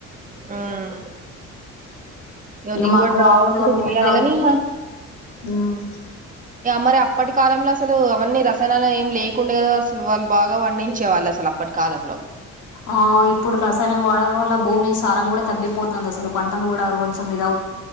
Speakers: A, on the right (about 25°); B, on the left (about 80°).
A: ఉమ్ ఇగ
B: ఇవి
A: దిగుబడి
B: మాకు
A: రావాలంటే
B: ఆవులు
A: చేయాలి
B: ఉన్నాయి కాబట్టి
A: కాని
B: హ్మ్
A: మ మరి అప్పటి కాలంలో అసలు అవన్నీ రసానాలు ఏం లేకుండే కదా అసలు వాళ్ళు బాగా వండించే వాళ్ళు అసలు అప్పటి కాలంలో
B: ఆ ఇప్పుడు రసాయననికి వాడడం వల్ల భూమి సారం కూడా తగ్గిపోతుంది అసలు పంటలు కూడా కొంచెం ఇది